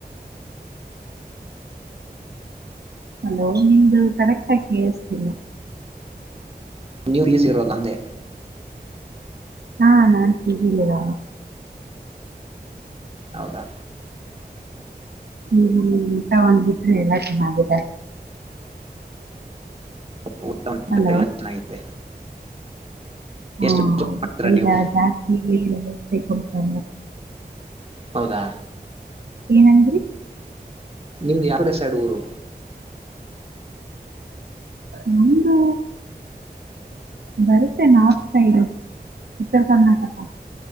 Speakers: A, on the right (about 75°); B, on the right (about 35°).
A: ಹಲೋ ನಿಮ್ದು ಕರೆಕ್ಟ್ಆಗ್ ಕೇಳಸ್ತಿಲ್ಲ.
B: ನೀವ್ ಲೀಸ್ಗಿರೋದ ಅಂದೆ?
A: ಹಾ ನಾನ್ ಪಿಜಿ ಲಿರೋ <unintelligible>
B: ಹೌದಾ?
A: ಹ್ಮ್ ಹ್ಮ್ ಊಟ ಒಂದ್ ಬಿಟ್ ಬೇರೆ ಎಲ್ಲ ಚೆನ್ನಾಗಿದೆ.
B: <unintelligible> <unintelligible>
A: ಹಲೋ
B: ಎಲ್ಲಾ ಚೆನ್ನಾಗಿದೆ.
A: ಹಾ
B: ಎಷ್ಟು
A: ಹೌದು ಈಗ
B: ನೀವು
A: ಜಾಸ್ತಿ <unintelligible> ಕೈ ಕೊಡ್ತಾರಾ?
B: ಹೌದಾ?
A: ಏನಂದ್ರಿ?
B: ನಿಮ್ದ್ ಯಾವ್ಕಡೆ ಸೈಡ್ ಊರು?
A: ನಮ್ದೂ ಬರುತ್ತೆ ನಾರ್ತ್ ಸೈಡು ಉತ್ತರ್ ಕರ್ನಾಟಕ.